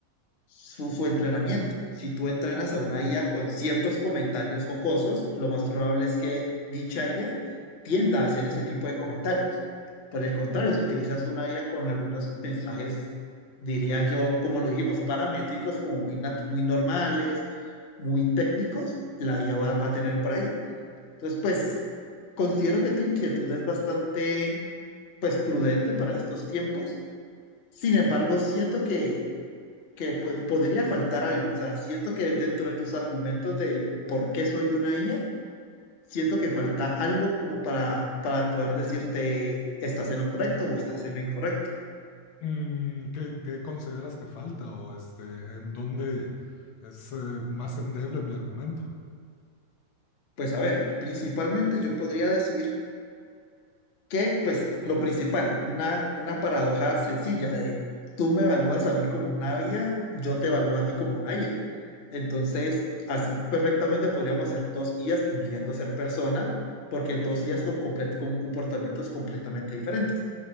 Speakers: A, on the left (about 50°); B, on the left (about 85°).
A: su, su entrenamiento. Si tú entrenas a una IA con ciertos comentarios jocosos, lo más probable es que dicha IA tienda a hacer ese tipo de comentarios. Por el contrario, si utilizas una IA con algunos mensajes, diría yo, como lo dijimos, paramétricos, como muy, nat- muy normales, muy técnicos, la IA va, va a tener por ahí. Entonces, pues, considero que tu inquietud es bastante, pues, prudente para estos tiempos. Sin embargo, siento que, que po- podría faltar algo. O sea, siento que dentro de tus argumentos del por qué soy una IA, siento que falta algo como para, para poder decirte estás en lo correcto o estás en lo incorrecto.
B: Mm, ¿Qué, qué consideras que falta o este, en dónde es eh, más endeble mi argumento?
A: Pues a ver, principalmente yo podría decir que, pues lo principal, una, una paradoja sencilla de tú me evalúas a mí como una IA, yo te evalúo a ti como una IA. Entonces, así perfectamente podríamos ser dos IAs fingiendo ser persona, porque dos IAs con, comple- con comportamientos completamente diferentes.